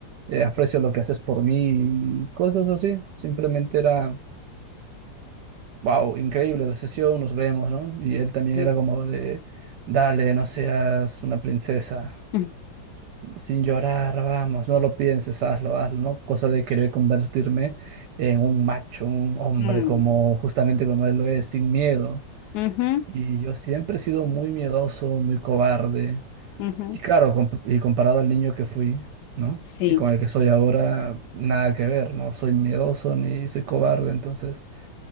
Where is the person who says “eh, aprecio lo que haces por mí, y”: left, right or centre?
Right